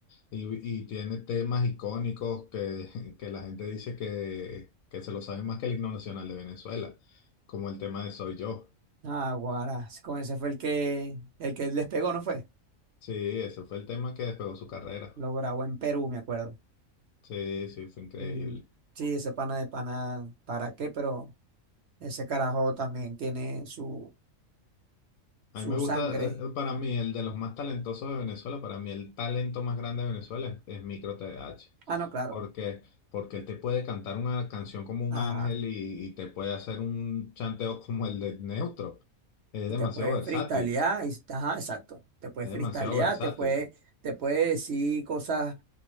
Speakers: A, on the left; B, on the right.
A: Y, y tiene temas icónicos que, <laughs> que la gente dice que, que se lo saben más que el himno nacional de Venezuela, como el tema de Soy Yo.
B: Ah, guara, con ese fue el que, el que despegó, ¿no fue?
A: Sí, ese fue el tema que despegó su carrera.
B: Lo grabó en Perú, me acuerdo.
A: Sí, sí, fue increíble.
B: Ujú. Sí, ese pana de pana, ¿para qué? Pero ese carajo también tiene su, su
A: A mí me gusta,
B: sangre.
A: eh, eh, para mí, el de los más talentosos de Venezuela, para mí el talento más grande de Venezuela es, es Micro TDH.
B: Ah, no, claro.
A: Porque, porque él te puede cantar una canción como un
B: Ajá.
A: ángel y, y te puede hacer un chanteo como el de Neutro. Es
B: Y
A: demasiado
B: te puedes
A: versátil,
B: freestylear. Y, ajá, exacto. Te puedes
A: es
B: freestylear,
A: demasiado versátil.
B: te puede, te puede decir cosas